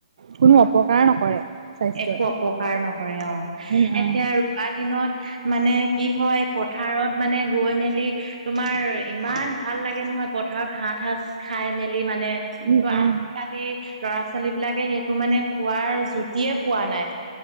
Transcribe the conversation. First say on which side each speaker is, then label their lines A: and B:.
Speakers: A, on the right; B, on the right.
A: কোনো অপকাৰ নকৰে স্বাস্থ্যই
B: একো অপকাৰ নকৰে অ
A: উম উম
B: এতিয়া আৰু দিনত মানে কি হয় পথাৰত মানে গৈ মেলি তোমাৰ ইমান ভাল লাগে নহয় পথাৰত ভাত সাঁজ খাই মেলি মানে।
A: উম,
B: ত
A: উম।
B: আজিকালি ল'ৰা ছোৱালীবিলাকে সেইটো মানে খোৱাৰ জুতিয়ে পোৱা নাই।